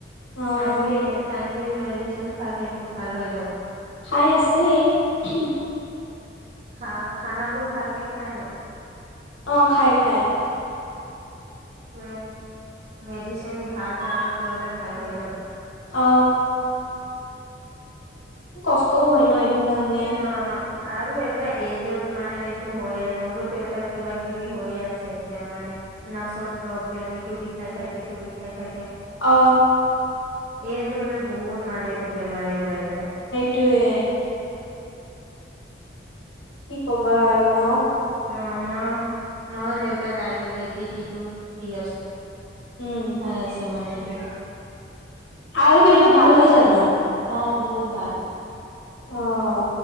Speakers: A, on the left; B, on the right.
A: অ',
B: টাইমলী এ টাইম লি মেডিচন খালে এইটো ভাল হৈ যাব।
A: খাই আছেই উহুম।
B: খা - খানাবোৰ ভালকে খায় ন?
A: অ খাই খাই।
B: মে মেডিচিন ভাল টাইমত ললে ভাল হৈ যাব।
A: অ। কষ্টও হয় ন এইটো কাৰণে।
B: অ আৰু এটা এইজত মানে এইটো হয়ে, মোৰো দেউতাৰ কিবা - কিবি হৈয়ে আছে এতিয়া মানে। নাচৰ প্ৰব্লেম ইটো বিষাই থাকে, ইটো বিষাই থাকে।
A: অ।
B: এইজ হলে বহুত মানুহটো বেমাৰী ওলাই যায়।
A: টোৱে কি কবা আৰু নাৰ?
B: অ মই, ময়ো দেউতাক আয়ুৰ্বেদিক ইটো দি আছোঁ।
A: উম,
B: হয় আছে মানেটো।
A: আয়ুৰ্বেদিকত ভাল হয় জানো?
B: অ বহুত ভাল।
A: অঁ।